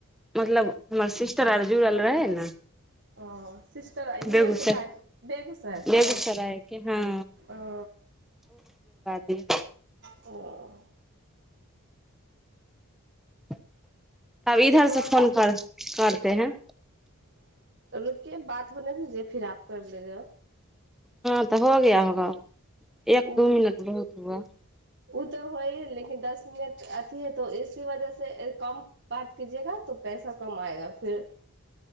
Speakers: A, in the centre; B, on the right.
A: मतलब हमर सिस्टर आर जुड़ल रहै ने
B: ओ सिस्टर यियाँके
A: बेगूसराय
B: भ बेगूसरायसँ
A: बेगूसराय के हाँ
B: ओ
A: जी
B: हुँ म
A: <inaudible> तब इधरसँ
B: एक और
A: फोन कर करते हैं
B: रुकि बात होना च फिर आप कर ले जा
A: हँ तऽ हो गया हगा एक
B: ओ
A: दो मिनट बहुत हुआ
B: ओ तऽ हो ह लेकिन दस मिनट अथी है त इसी वजह से कम बात कजेगा त पैसा कम आएगा फिर